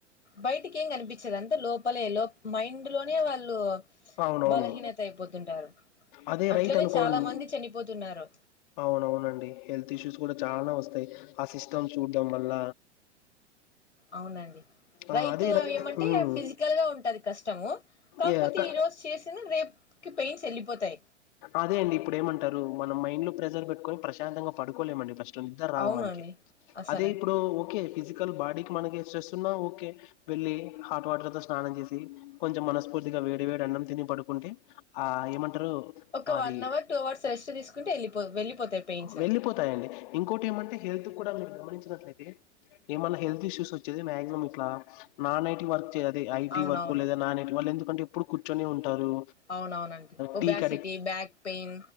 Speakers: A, on the left; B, on the left.
A: బయటికి ఏం కనిపించారు అంతా లోపలే లో మైండ్ లోనే వాళ్ళు
B: అవునవును.
A: బలహీనత అయిపోతుంటారు
B: అదే
A: అట్లనే
B: రైతనుకోండి
A: చాలా మంది చనిపోతున్నారు
B: అవునవునండి హెల్త్ ఇష్యూస్ కూడా చాలా వస్తాయి ఆ సిస్టమ్ చూడ్డం వల్ల
A: అవునండి
B: ఆ!
A: రైతు
B: అదే రై
A: ఏమంటే
B: హ్మ్.
A: ఫిజికల్ గా ఉంటది కష్టము కాకపోతే
B: యాహ్! క
A: ఈ రోజు చేసిన రేపు పెయిన్స్ ఎల్లిపోతాయి
B: అదే అండి ఇప్పుడు ఏమంటారు మనం మైండ్ లో ప్రెజర్ పెట్టుకొని ప్రశాంతంగా పడుకోలేమండి ఫస్ట్ నిద్దరాదు
A: అవునండి
B: మనకి
A: అసలు
B: అదే ఇప్పుడు ఓకే ఫిజిక్ బాడీకి మనకి స్ట్రెస్ ఉన్నా ఓకే వెళ్ళి హట్ వాటర్ తో స్నానం చేసి కొంచెం మనస్ఫూర్తిగా వేడి వేడి అన్నం తిని పడుకుంటే ఆ ఏమంటారు
A: ఒక
B: అది
A: one hour two hours rest తీసుకుంటే వెళ్ళిపో వెళ్ళిపోతాయి పెయిన్స్
B: వెళ్లిపోతాయండి ఇంకోటి ఏమంటే హెల్త్ మీరు గమనించినట్లయితే ఏమన్నా హెల్త్ ఇష్యూస్ వచ్చేది మ్యాక్సిమం ఇట్లా నాన్ ఐటీ వర్క్ అదే ఐటీ
A: అవునవును
B: వర్క్ లేదా నాన్ ఐటి వాళ్ళు ఎందుకంటే ఎప్పుడు కూర్చొని ఉంటారు
A: అవునవునండి obesity
B: టీ క
A: back pain